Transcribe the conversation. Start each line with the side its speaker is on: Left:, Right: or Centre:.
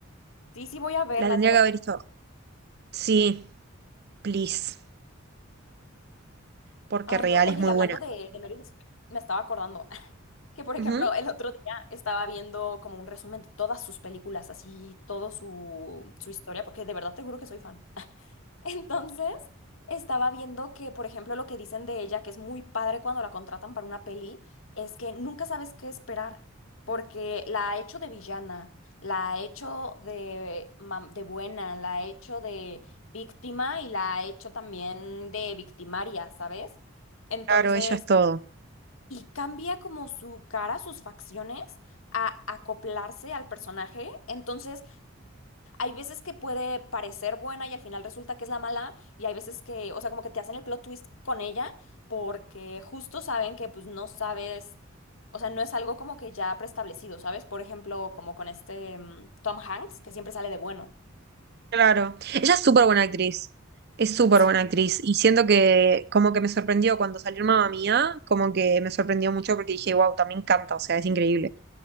Left: Sí, sí, voy a verla,
Right: La tendría
Left: te lo
Right: que haber
Left: prometo.
Right: visto. Sí, please, porque
Left: Ay,
Right: real
Left: no. Oye,
Right: es muy
Left: y hablando
Right: buena.
Left: de, de Meryl Streep, me estaba acordando <laughs> que, por ejemplo,
Right: Ujú.
Left: el otro día estaba viendo como un resumen de todas sus películas, así, todo su, su historia, porque de verdad te juro que soy fan. <laughs> Entonces, estaba viendo que, por ejemplo, lo que dicen de ella, que es muy padre cuando la contratan para una peli, es que nunca sabes qué esperar, porque la ha hecho de villana, la ha hecho de, mam- de buena, la ha hecho de víctima y la ha hecho también de victimaria, ¿sabes? Entonces,
Right: Claro, ella es todo.
Left: y cambia como su cara, sus facciones, a acoplarse al personaje. Entonces, hay veces que puede parecer buena y al final resulta que es la mala, y hay veces que, o sea, como que te hacen el plot twist con ella porque justo saben que pues no sabes, o sea, no es algo como que ya preestablecido, ¿sabes? Por ejemplo, como con este mm, Tom Hanks, que siempre sale de bueno.
Right: Claro. Ella es súper buena actriz. Es súper
Left: Sí,
Right: buena actriz. Y siento que como que me sorprendió cuando salió Mamma Mía, como que me sorprendió mucho porque dije, wow, también canta, o sea, es increíble.